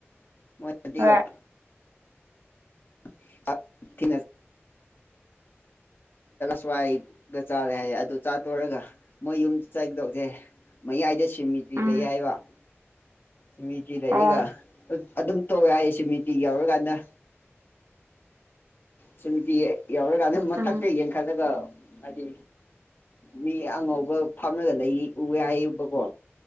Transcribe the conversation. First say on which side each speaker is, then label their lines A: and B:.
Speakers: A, on the left; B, on the right.
A: ꯃꯣꯏ <unintelligible>
B: ꯍꯣꯏ
A: <unintelligible> ꯊꯤꯅ ꯁꯋꯥꯏꯗ ꯆꯥꯔꯦ ꯍꯥꯏꯌꯦ ꯑꯗꯨ ꯆꯥ ꯇꯣꯔꯒ ꯃꯣꯏ ꯌꯨꯝ ꯆꯥꯠꯀꯗꯧꯅꯦ ꯃꯌꯥꯏꯗ ꯁꯤꯃꯤꯇ꯭ꯔꯤ
B: ꯎꯝ
A: ꯂꯩ ꯍꯥꯏꯕ ꯁꯤꯃꯤꯇꯔꯤ ꯂꯩꯏꯒ
B: ꯑꯣ
A: ꯑꯗꯨꯝ ꯇꯧꯋꯦ ꯍꯥꯏꯌꯦ ꯁꯤꯃꯤꯇꯔꯤ ꯌꯧꯔꯀꯥꯟꯗ ꯁꯨꯃꯤꯇꯔꯤ ꯌꯧꯔꯒ ꯃꯊꯛꯇ
B: ꯎꯝ
A: ꯌꯦꯡꯈꯠꯂꯒ ꯍꯥꯏꯗꯤ ꯃꯤ ꯑꯉꯧꯕ ꯐꯝꯂ ꯂꯩ ꯎꯏ ꯍꯥꯏꯌꯦꯕꯀꯣ